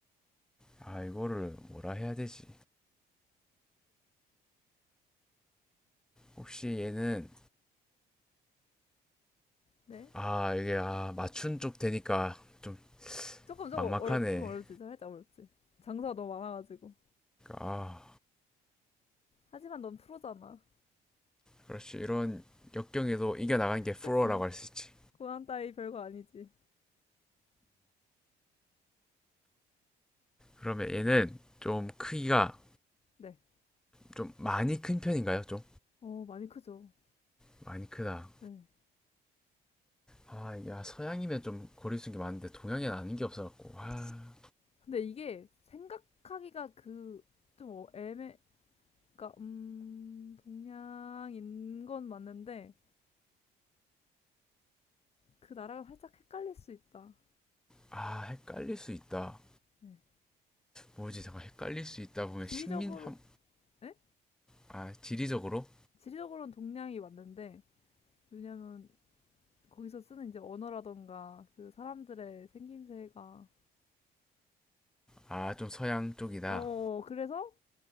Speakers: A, in the centre; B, on the left.
A: 아 이거를 뭐라 해야 되지? 혹시 얘는
B: 네.
A: 아 이게 아 맞춘 쪽 되니까 좀
B: 조금 조금
A: 막막하네.
B: 어렵, 좀 어렵지, 살짝 어렵지. 장사가 너무 많아가지고.
A: 아
B: 하지만 넌 프로잖아.
A: 그렇지. 이런 역경에도 이겨나가는 게 프로라고
B: 그치?
A: 할 수 있지.
B: 고난 따위 별거 아니지.
A: 그러면 얘는 좀 크기가
B: 네.
A: 좀 많이 큰 편인가요? 좀
B: 어, 많이 크죠.
A: 많이 크다.
B: 네.
A: 아, 야, 서양이면 좀 거리 있는 기 많은데 동양에는 아는 게 없어갖고. 아,
B: 근데 이게 생각하기가 그, 좀 어- 애매, 그니까, 음, 동양인 건 맞는데, 그 나라가 살짝 헷갈릴 수 있다.
A: 아, 헷갈릴 수 있다.
B: 네.
A: 뭐지? 잠깐 헷갈릴 수 있다 보면
B: 지리적으로,
A: 식민 함,
B: 에?
A: 아, 지리적으로?
B: 지리적으로는 동양이 맞는데, 왜냐면, 거기서 쓰는 이제 언어라던가, 그 사람들의 생김새가,
A: 아, 좀 서양 쪽이다.
B: 어, 어, 어, 그래서